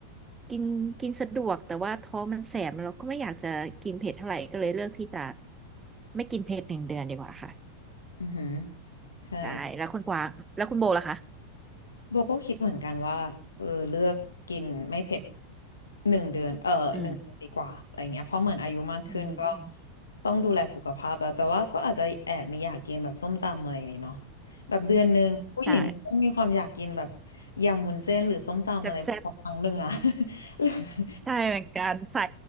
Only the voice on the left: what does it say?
อือหือใช่
โบก็คิดเหมือนกันว่าเออเลือกกินไม่เผ็ดหนึ่งเดือนเออหนึ่งเดือนดีกว่าอะไรเงี้ยเพราะเหมือนอายุมากขึ้นก็
ต้องดูแลสุขภาพแล้วแต่ว่าก็อาจจะแอบมีอยากกินแบบส้มตำอะไรนี่เนาะแบบเดือนหนึ่งผู้หญิงก็มีความอยากกินแบบ
ยำวุ้นเส้นหรือส้มตำอะไรมาสักครั้งหนึ่งอะ
<laughs>